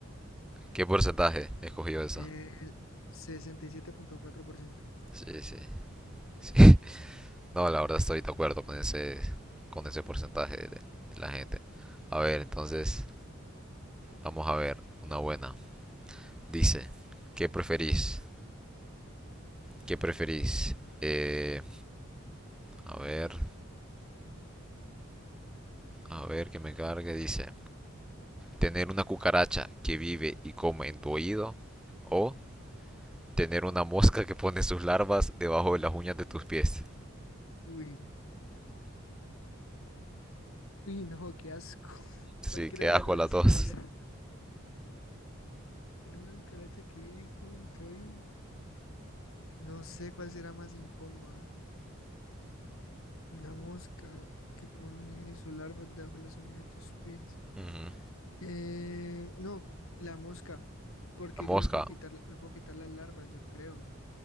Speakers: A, in the centre; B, on the left.
A: ¿Qué porcentaje escogió esa?
B: el sesenta y siete punto cuatro por ciento.
A: Sí, sí, sí. <laughs> No, la verdad estoy de acuerdo con ese, con ese porcentaje de, de la gente. A ver, entonces, vamos a ver una buena. Dice, ¿qué preferís? ¿Qué preferís? Eh, a ver, a ver que me cargue. Dice, tener una cucaracha que vive y come en tu oído o tener una mosca que pone sus larvas debajo de las uñas de tus pies.
B: Uy. Uy, no, qué asco.
A: Sí,
B: Cualquiera
A: qué
B: de
A: asco
B: las dos
A: las
B: es asquerosa.
A: dos.
B: Tener una cucaracha que vive y come en todo oído. No sé cuál será más incómoda. Una mosca que pone su larva debajo de las uñas de tus pies.
A: Ujú.
B: Eh, no, la mosca. Porque
A: La mosca,
B: yo me puedo quitar, me puedo quitar las larvas, yo creo.